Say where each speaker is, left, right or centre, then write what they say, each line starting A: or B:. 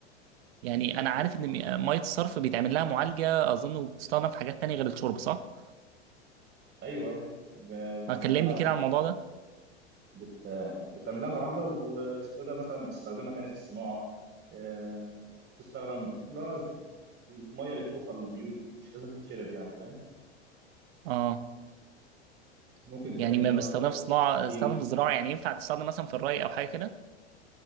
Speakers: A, on the right; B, on the right.
A: يعني
B: سبحان
A: انا عارف ان
B: الله
A: م- ميه الصرف بيتعمل لها معالجه اظن وبتستخدم في حاجات تانية غير الشرب صح
B: ايوه ايوه ب- بتعمل
A: آه، كلمني
B: لها
A: كده
B: معالجه
A: عن الموضوع ده
B: بت... بتعمل لها معالجه واسمه ده مثلا بتستخدمها تاني في الصناعه آه، تستخدم اللي هو ز- الميه اللي بتوصل للبيوت دي مش لازم تتشرب يعني فاهم
A: اه
B: ممكن تعمل
A: يعني ما
B: بيها
A: بيستخدم
B: برضه
A: في صناعه
B: تسخين
A: استخدام في الزراعه يعني ينفع تستخدم مثلا في الري او حاجه كده